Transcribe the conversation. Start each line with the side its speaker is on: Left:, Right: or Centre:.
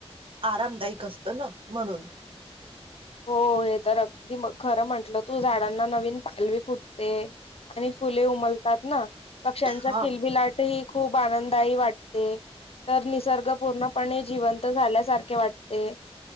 Right: आरामदायक असतं ना म्हणून.
Left: हो हे तर अगदी खरं म्हंटलं तू, झाडांना नवीन पालवी फुटते. आणि फुले उमलतात ना. पक्ष्यांच्या
Right: हा
Left: खिलबिलाट ही खूप आनंदायी वाटते. तर निसर्ग पूर्णपणे जिवंत झाल्यासारखे वाटते.